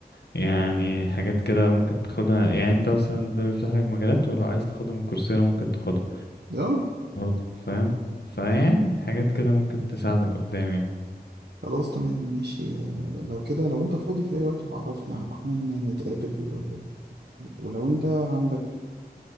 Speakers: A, on the left (about 85°); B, on the right (about 80°).
A: يعني حاجات كده ممكن تاخدها يعني انت مثلا ده بيفتح لك مجالات ولو عايز تاخدها من كورسيرا ممكن تاخدها
B: اه
A: برضه فاهم فيعني حاجات كده ممكن تساعدك قدام يعني
B: خلاص تمام ماشي آه، لو كده لو انت فاضي في اي وقت بعرفني يا عبد الرحمن نتقابل و... و- ولو انت عندك